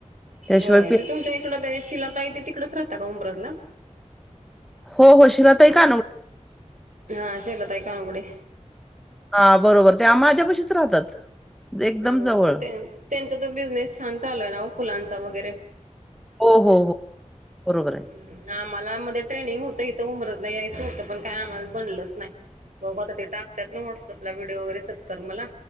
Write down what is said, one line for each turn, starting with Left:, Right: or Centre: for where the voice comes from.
Centre: त्याशिवाय
Right: होय.
Centre: पे
Right: ते तुमच्या इकडं ते शिलाताई तेे तिकडेच राहता का उंब्रजला?
Centre: हो हो. शिलाताई कान
Right: हा शैलाताई काळगुडे.
Centre: हा बरोबर ते माझ्यापाशीच राहतात. एकदम
Right: हो
Centre: जवळ.
Right: त्यान त्यांचा तर बिझनेस छान चालू आहे ना ओ फुलांचा वगैरे.
Centre: हो, हो, हो. बरोबर आहे.
Right: हं आम्हाला मध्ये ट्रेनिंग होतं इथं उब्रजला यायचं होतं, पण काय आम्हाला बनलंच नाही. बघु आता ते टाकतात ना व्हॉट्सअपला व्हिडिओ वगैरे सत्कर्मला